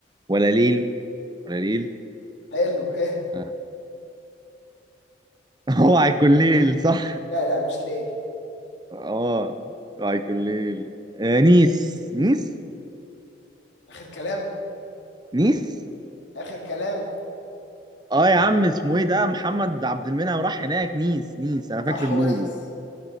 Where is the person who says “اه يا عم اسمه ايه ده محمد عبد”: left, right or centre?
Right